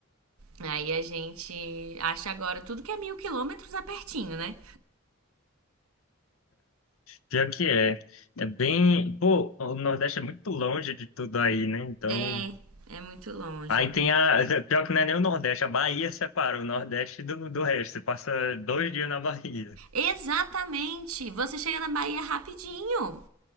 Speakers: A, on the right (about 85°); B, on the left (about 70°).
A: Aí a gente acha agora tudo que é mil quilômetros é pertinho, né?
B: Pior que é. É bem. Pô, o Nordeste é muito longe de tudo aí, né? Então.
A: É, é muito longe.
B: Aí tem a. <laughs> Pior que não é nem o Nordeste, a Bahia separa o Nordeste do, do resto. Você passa dois dias na Bahia.
A: Exatamente! Você chega na Bahia rapidinho.